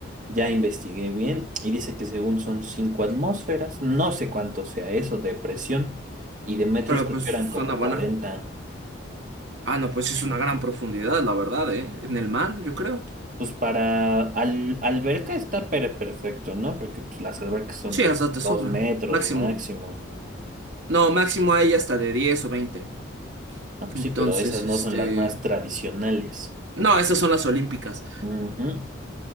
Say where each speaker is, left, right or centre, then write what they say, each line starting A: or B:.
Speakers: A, on the right; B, on the right.
A: ya investigué bien y dice que según son cinco atmósferas, no sé cuánto sea eso de presión y de metros
B: Pero
A: creo
B: pues
A: que
B: suena
A: eran como
B: buena.
A: cuarenta
B: Ah, no, pues sí es una gran profundidad, la verdad, ¿eh? En el mar, yo creo.
A: Pues para al, alberca está per- perfecto, ¿no? Porque pues, las albercas son
B: Sí,
A: de
B: hasta te sobra.
A: dos metros
B: Máximo.
A: máximo.
B: No, máximo hay hasta de 10 o 20.
A: Ah, pues
B: Entonces,
A: sí, pero esas
B: este...
A: no son las más tradicionales.
B: No, esas son las olímpicas.
A: Ujú.